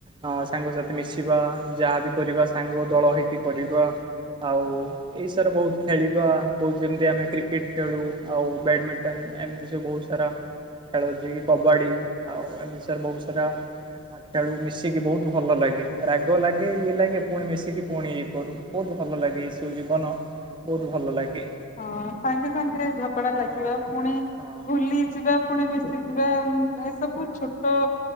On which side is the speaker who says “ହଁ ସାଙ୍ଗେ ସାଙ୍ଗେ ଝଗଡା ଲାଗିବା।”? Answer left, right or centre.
Left